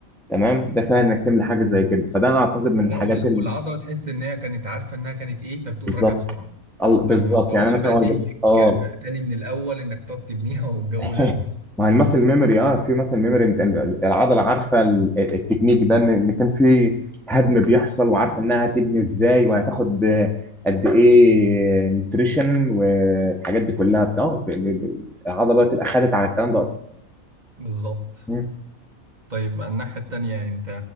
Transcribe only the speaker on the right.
لا
وال-
والعضله تحس ان هي كانت عارفه انها كانت ايه فبتقوم
راجعه بسرعه
فما
بتقعدش
بقى
تهلك
تاني من الاول انك تقعد تبنيها والجو
ده
بالظبط
طيب الناحيه التانيه انت